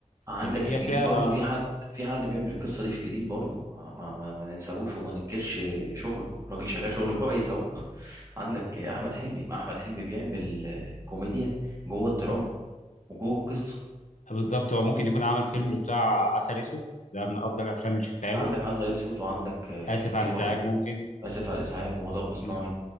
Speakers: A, on the right (about 25°); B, on the left (about 70°).
A: عندك
B: اللي
A: في الجديد
B: هي فيها
A: برضو
B: اه
A: في حد في حد بيعمل القصة دي في الجديد برضو ما ما, ما ننساهوش وما ننكرش شغله الراجل شغال شغل كويس اهو <laughs> عندك احمد حلمي ما احمد حلمي بيعمل آه، كوميديا جوه الدراما وجوه القصة
B: بالظبط هو ممكن يكون عمل فيلم بتاع عسل اسود ده من افضل الافلام اللي شفتها
A: عندك
B: له
A: عسل اسود وعندك آه،
B: اسف
A: في
B: على
A: برضو
B: الازعاج ممكن
A: اسف على الازعاج ومطب صناعي
B: مم.